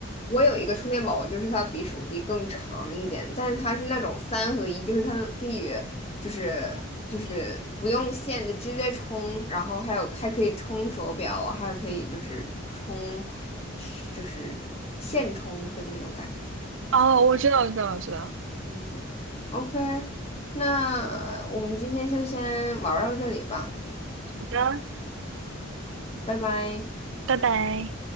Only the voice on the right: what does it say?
哦，我知道，我知道，我知道。
好的，
拜拜。